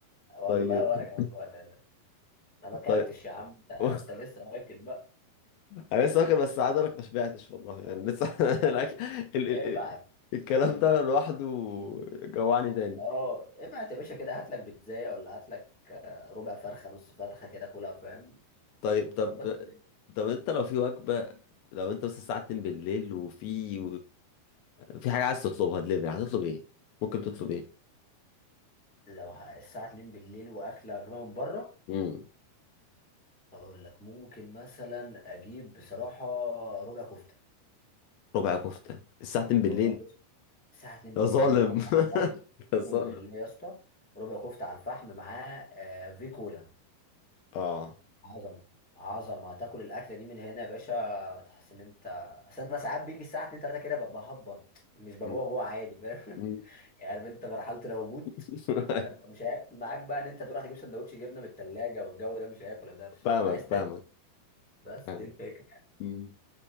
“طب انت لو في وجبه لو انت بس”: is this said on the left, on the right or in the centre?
Left